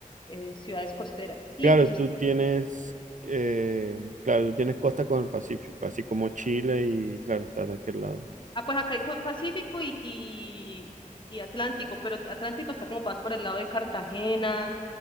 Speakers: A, on the left; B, on the right.
A: eh, ciudades costeras. Y
B: Claro,
A: entonces
B: tú tienes, eh, claro, tú tienes costa con el Pacífico, así como Chile y, claro, estás de aquel lado.
A: Ah, pues acá hay co- Pacífico y, y, y Atlántico, pero Atlántico está como más por el lado de Cartagena,